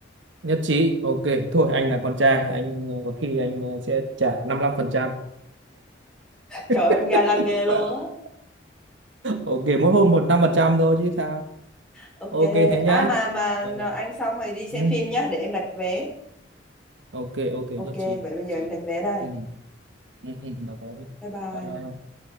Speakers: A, on the right; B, in the centre.
A: nhất trí ok thôi anh là con trai anh có khi anh sẽ trả năm mươi lăm phần trăm
B: Trời
A: <laughs>
B: ơi, ga lăng ghê luôn á.
A: ok mỗi hôm một năm phần trăm thôi chứ sao
B: Ok.
A: ok thế nhá
B: À mà mà
A: ừ.
B: anh xong rồi đi
A: ừ.
B: xem phim nhá, để em đặt vé.
A: ok ok
B: Ok,
A: nhất
B: vậy
A: trí,
B: bây
A: nhất
B: giờ
A: trí.
B: em đặt vé đây.
A: Ừ. Ừ. Ừ. Được rồi.
B: Bye bye.
A: Bye bye